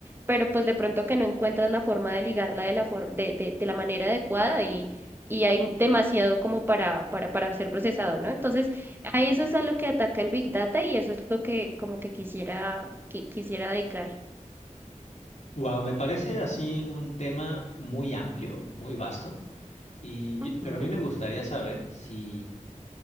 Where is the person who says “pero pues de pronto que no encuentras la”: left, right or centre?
Right